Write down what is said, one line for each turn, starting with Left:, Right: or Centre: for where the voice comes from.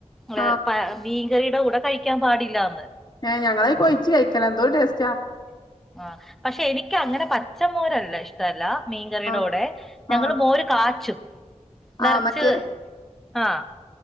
Centre: പേ
Left: ആഹ്
Centre: പേ മീൻകറിയുടെ കൂടെ കഴിക്കാൻ പാടില്ലന്ന്.
Left: ഏ ഞങ്ങള് അത് കൊ യിച്ച് കഴിക്കല എന്തോര് ടേസ്റ്റാ.
Centre: ആ പക്ഷെ എനിക്ക് അങ്ങനെ പച്ചമോരല്ല ഇഷ്ടല്ല. മീൻകറിയുടെ
Left: ആഹ്
Centre: കൂടെ ഞങ്ങള്
Left: ആഹ്
Centre: മോര് കാച്ചും. നിറച്ച്
Left: ആഹ് മറ്റേ
Centre: ആഹ.